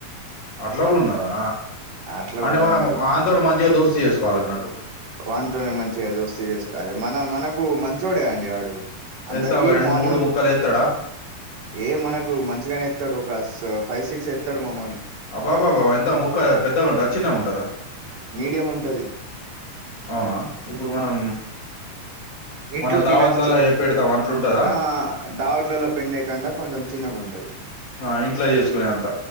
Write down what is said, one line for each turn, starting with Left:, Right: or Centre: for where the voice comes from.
Left: అట్లా కూడా ఉన్నదా
Right: అట్లా
Left: అంటే
Right: కూడా
Left: మనం
Right: ఉన్నది
Left: వాన్ తోటి మంచిగా దోస్తు చేసుకోవాలి అన్నట్టు
Right: వానితోనే మంచిగా దోస్తీ చేసుకోవాలి మన మనకు మంచోడే అండి వాడు అందరికి
Left: ఎంత ఒక రెండు
Right: మార్నింగ్
Left: మూడు ముక్కలు ఎత్తాడా
Right: ఏ మనకు మంచిగానే ఎత్తాడు ఒక ఫైవ్ సిక్స్ ఎస్తాడు మాకు
Left: అబాబాబా ఎంత ముక్క పెద్దగ ఉంటదా చిన్నగా ఉంటదా
Right: మీడియం ఉంటాది
Left: అవునా ఇప్పుడు మనం
Right: ఇంట్లో
Left: మన దావత్లలా
Right: తినొచ్చు
Left: ఏ పెడతాం అట్లుంటందా
Right: ఆ దావతులల్ల పెట్టే కంటే కొంచెం చిన్నగా ఉంటాది
Left: ఆ ఇంట్లో చేసుకునే అంత